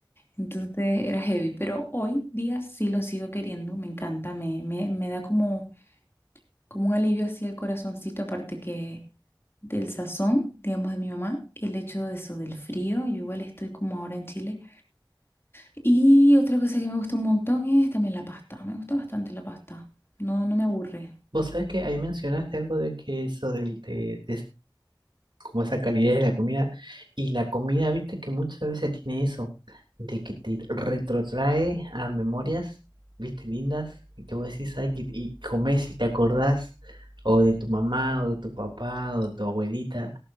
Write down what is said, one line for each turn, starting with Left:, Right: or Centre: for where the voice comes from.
Left: Entonces era heavy, pero hoy día sí lo sigo queriendo, me encanta, me, me, me da como como un alivio hacia el corazoncito, aparte que del sazón, digamos, de mi mamá, el hecho de eso, del frío, yo igual estoy como ahora en Chile. Y otra cosa que me gusta un montón es también la pasta, me gusta bastante la pasta, no, no me aburre.
Right: Vos sabés que ahí mencionaste algo de que eso del, de, como esa calidez de la comida. Y la comida, viste que muchas veces tiene eso, de que te retrotrae a memorias, viste, lindas, y que vos decís, ay, que- y comés y te acordás, o de tu mamá, o de tu papá, o de tu abuelita,